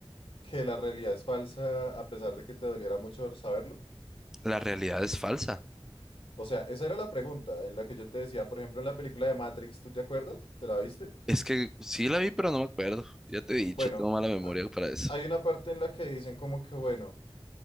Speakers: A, on the left (about 70°); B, in the centre.
A: que la realidad es falsa a pesar de que te doliera mucho saberlo?
B: La realidad es falsa.
A: O sea, esa era la pregunta en la que yo te decía, por ejemplo, en la película de Matrix, ¿tú te acuerdas? ¿Te la viste?
B: Es que sí la vi, pero no me acuerdo. Ya te he dicho,
A: Bueno,
B: tengo mala memoria
A: a-
B: para eso.
A: hay una parte en la que dicen como que, bueno,